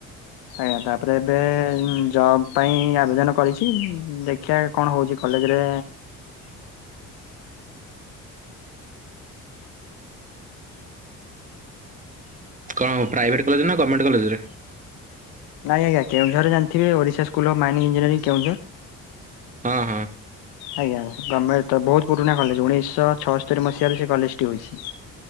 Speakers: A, on the left (about 75°); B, on the right (about 20°).
A: ଆଜ୍ଞା। ତାପରେ ଏବେ ଉଁ ଜବ୍ ପାଇଁ ଆବେଦନ କରିଚି, ଦେଖିବା କଣ ହେଉଛି କଲେଜରେ
B: କଣ ପ୍ରାଇଭେଟ୍ କଲେଜ ନା ଗମେଣ୍ଟ କଲେଜରେ?
A: ନାଇଁ ଆଜ୍ଞା, କେଉଁଝର ଜାଣିଥିବେ Odisha school of mining engineering Keonjhar.
B: ହଁ ହଁ।
A: ଆଜ୍ଞା। ଗମେଣ୍ଟ ତ ବହୁତ୍ ପୁରୁଣା କଲେଜ, ଉଣେଇଶହ ଛଅସ୍ତରି ମସିହାରୁ ସେ କଲେଜ ଟି ହୋଇଛି।